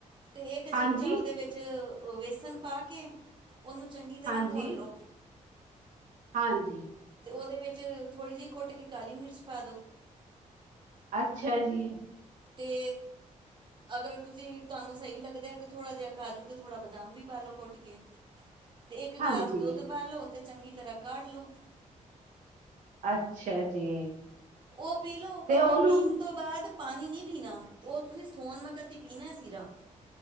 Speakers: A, on the right (about 35°); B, on the right (about 70°).
A: ਤੇ ਇੱਕ ਚਮਚਾ
B: ਹਾਂਜੀ
A: ਉਹਦੇ ਵਿੱਚ ਵਿੱਚ ਵੇਸਣ ਪਾ ਕੇ ਉਹਨੂੰ ਚੰਗੀ ਤਰ੍ਹਾਂ
B: ਹਾਂਜੀ
A: ਭੁੰਨ ਲਓ।
B: ਹਾਂਜੀ।
A: ਅਤੇ ਉਹਦੇ ਵਿੱਚ ਥੋੜ੍ਹੀ ਜਿਹੀ ਘੁੱਟ ਕੇ ਕਾਲੀ ਮਿਰਚ ਪਾ ਦਿਉ।
B: ਅੱਛਾ ਜੀ
A: ਅਤੇ ਅਗਰ ਤੁਸੀਂ ਤੁਹਾਨੂੰ ਸਹੀ ਲੱਗਦਾ ਤੇ ਥੋੜ੍ਹਾ ਜਿਹਾ ਕਾਜੂ ਤੇ ਥੋੜ੍ਹਾ ਬਦਾਮ ਵੀ ਪਾ ਲਓ ਕੁੱਟ ਕੇ ਤੇ ਇੱਕ
B: ਹਾਂਜੀ
A: ਗਲਾਸ ਦੁੱਧ ਪਾ ਲੋ ਤੇ ਚੰਗੀ ਤਰ੍ਹਾਂ ਕਾਢ ਲੋ
B: ਅੱਛਾ ਜੀ
A: ਉਹ ਪੀਲੋ ਪਰ
B: ਤੇ ਉਹਨੂੰ
A: ਉਹ ਪੀਣ ਤੋਂ ਬਾਅਦ ਪਾਣੀ ਨਹੀਂ ਪੀਣਾ ਉਹ ਤੁਸੀਂ ਸੋਨ ਵਕਤ ਹੀ ਪੀਣਾ ਸਿਰਾ